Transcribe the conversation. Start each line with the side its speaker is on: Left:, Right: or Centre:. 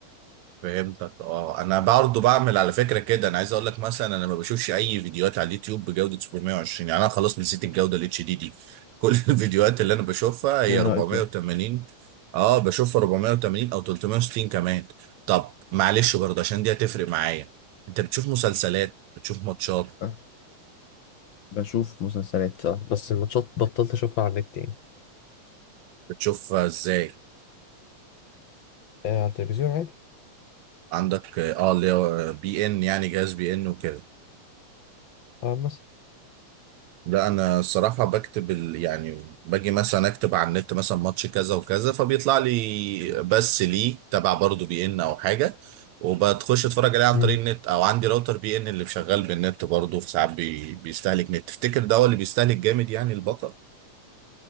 Right: فهمتك اه انا برضه بعمل على فكره كده انا عايز اقول لك مثلا انا ما بشوفش اي فيديوهات على اليوتيوب بجوده 720 يعني انا خلاص نسيت الجوده الاتش دي دي كل <laughs> الفيديوهات اللي انا بشوفها هي
Left: يا
Right: 480
Left: نهار أسود
Right: اه بشوفها 480 او 360 كمان طب معلش برضه عشان دي هتفرق معايا انت بتشوف مسلسلات بتشوف ماتشات
Left: أه، بشوف مسلسلات اه بس الماتشات بطلت أشوفها على النت يعني
Right: بتشوف ازاي
Left: آه على التلفزيون عادي
Right: عندك اه اللي هو بي ان يعني جهاز بي ان وكده
Left: اه بس
Right: لا انا الصراحه بكتب ال... يعني باجي مثلا اكتب على النت مثلا ماتش كذا وكذا فبيطلع لي بس ليه تبع برضه بي ان او حاجه وبتخش اتفرج عليه عن
Left: مم.
Right: طريق النت او عندي راوتر بي ان اللي شغال بالنت برضه في ساعات بي... بيستهلك نت تفتكر ده هو اللي بيستهلك جامد يعني البطل